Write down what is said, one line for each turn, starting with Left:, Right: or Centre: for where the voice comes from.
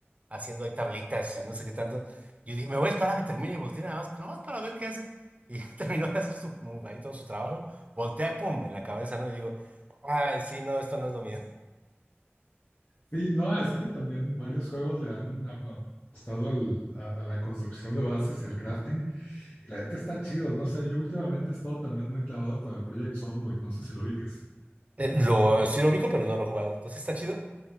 Right: haciendo ahí tablitas y no sé qué tanto. Y yo dije, me voy a esperar a que termine y voltee nada más, pero más para ver qué hace. Y ya <laughs> terminó de hacer su, ahí todo su trabajo, voltea, pum, en la cabeza, ¿no? Y digo, ah sí, no, esto no es lo mío.
Left: Sí, no, es que también varios juegos le han apostado al- a, a la construcción de bases y al crafting, y la neta está chido, no sé, yo últimamente he estado también muy clavado con el Project Zomboid, no sé si lo ubiques.
Right: Eh, lo, sí lo ubico, pero no lo he jugado. Entonces está chido.